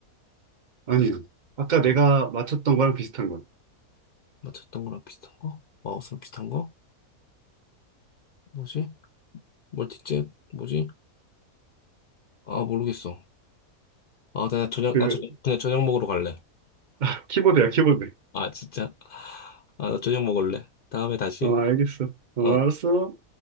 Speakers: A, on the right; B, on the left.
A: 아니요. 아까 내가
B: 음,
A: 맞췄던 거랑 비슷한 거야.
B: 맞췄던 거랑 비슷한 거? 마우스랑 비슷한 거? 뭐지? 멀티잭? 뭐지? 아, 모르겠어. 아, 나 저녁,
A: 그,
B: 나 저녁, 그냥 저녁 먹으러 갈래.
A: <laughs> 키보드야, 키보드.
B: 아, 진짜? 아, 나 저녁 먹을래. 다음에 다시
A: 어,
B: 해.
A: 알겠어. 어,
B: 어.
A: 알았어.